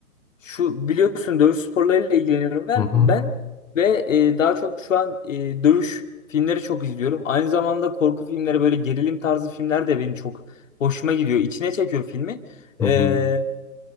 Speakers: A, on the left (about 60°); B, in the centre.
A: şu biliyorsun dövüş sporlarıyla ilgileniyorum ben.
B: Hı hı.
A: Ben ve e, daha çok şu an e, dövüş filmleri çok izliyorum. Aynı zamanda korku filmleri böyle gerilim tarzı filmler de benim çok hoşuma gidiyor. İçine çekiyor filmi.
B: Hı hı.
A: Ee,